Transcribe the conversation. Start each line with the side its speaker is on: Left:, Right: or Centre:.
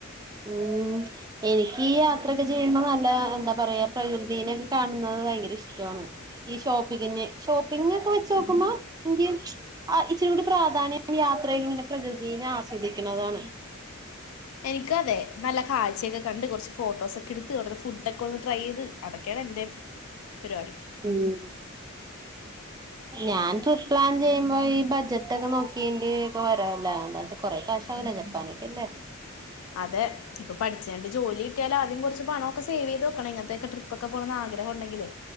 Right: ഉം എനിക്ക് ഈ യാത്രയൊക്കെ ചെയ്യുമ്പോ നല്ല എന്താ പറയാ പ്രകൃതിനൊക്കെ കാണുന്നത് ഭയങ്കര ഇഷ്ട്ടോണ്. ഈ ഷോപ്പിങ്ങിന് ഷോപ്പിംങ് ഒക്കെ വെചോക്കുമ്പോ ഇൻക് ആ ഇച്ചിരി കൂടി പ്രാധാന്യം യാത്രയിൽ ഇങ്ങനെ പ്രകൃതിനെ ആസ്വദിക്ണതാണ്.
Left: എനിക്കതെ നല്ല കാഴ്ചയൊക്കെ കണ്ട് കുറച്ച് ഫോട്ടോസൊക്കെ എടുത്ത് അവിടുത്തെ ഫുഡൊക്കെ ഒന്ന് ട്രൈ ചെയ്ത് അതൊക്കെ ആണ് എന്റെ പെരുവാടി.
Right: ഉം
Left: <inaudible>
Right: ഞാൻ ട്രിപ്പ് പ്ലാൻ ചെയ്യ്മ്പോ ഈ ബജറ്റ് ഒക്കെ നോക്കിയേണ്ടി ഒക്കെ വരാലോ കൊറെ കാശാവൂല്ലേ ജപ്പാനൊക്കല്ലേ
Left: അതെ ഇപ്പ പഠിച്ചേണ്ട് ജോലിട്ടിയാൽ ആദ്യം കൊർച്ച് പണമൊക്കെ സേവെയ്ത് വെക്കണം. ഇ പിന്നൊക്കെ ട്രിപ്പൊക്കെ പോണന്ന് ആഗ്രഹം ഉണ്ടെങ്കിലെ